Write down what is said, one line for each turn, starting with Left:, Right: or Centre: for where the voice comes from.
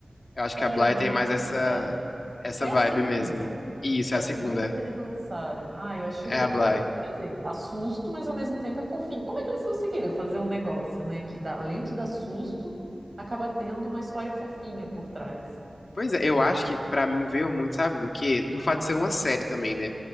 Left: Eu acho
Right: É,
Left: que a Bly
Right: eu não
Left: tem
Right: lembro.
Left: mais essa,
Right: É,
Left: essa
Right: foi
Left: vibe
Right: a segunda.
Left: mesmo. Isso,
Right: Foi
Left: é a
Right: a
Left: segunda.
Right: segunda que eles lançaram. Ah, eu achei
Left: É
Right: tão
Left: a Bly.
Right: fofinho. Quer dizer, dá susto, mas ao mesmo tempo é fofinho. Como é que eles conseguiram fazer um negócio, né, que dá, além de dar susto, acaba tendo uma história fofinha por trás?
Left: Pois é, eu acho que pra mim veio muito, sabe, do quê? Do fato de ser uma série também, né?